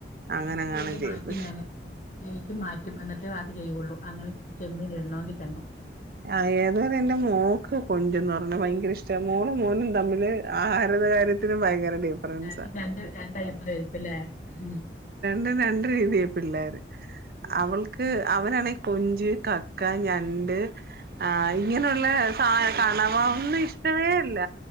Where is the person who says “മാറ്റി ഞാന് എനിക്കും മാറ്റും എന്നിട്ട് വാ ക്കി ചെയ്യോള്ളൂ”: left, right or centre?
Left